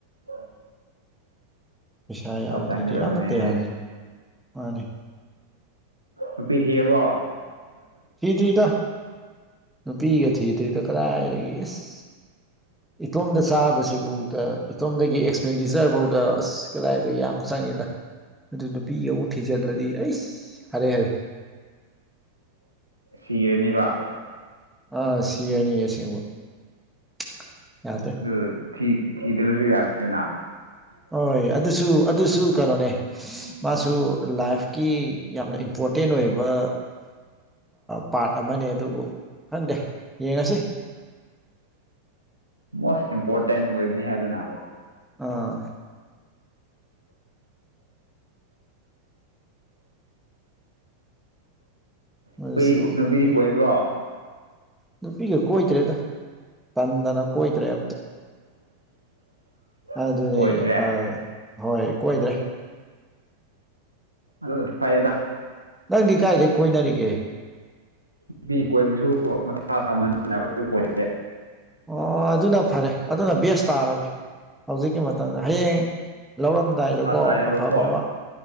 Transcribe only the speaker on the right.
ꯑꯣ
ꯁꯥ
ꯇꯥꯡꯒꯗꯕꯅꯦ
ꯅꯨꯄꯤ ꯊꯤꯑꯔꯕꯣ
ꯁꯤ ꯑꯦ ꯅꯤꯕ
ꯑꯗꯨ ꯊꯤꯗꯕꯁꯨ ꯌꯥꯗꯦꯅ
ꯃꯣꯁ ꯏꯝꯄꯣꯔꯇꯦꯟ ꯋꯦꯕꯅꯤ ꯍꯥꯏ ꯑꯗꯨꯅ
ꯅꯨꯄꯤꯗꯤ ꯅꯨꯄꯤꯗꯤ
ꯀꯣꯏꯕ꯭ꯔꯣ
<unintelligible>
ꯀꯣꯏꯗ꯭ꯔꯦ
ꯑꯗꯨ ꯐꯩꯗ
ꯅꯨꯄꯤ ꯀꯣꯏꯕꯁꯨ ꯃꯁ ꯁꯃꯟꯅ ꯑꯩꯈꯣꯏ
ꯃꯊꯥ ꯁꯥꯏꯌꯦꯕꯀꯣ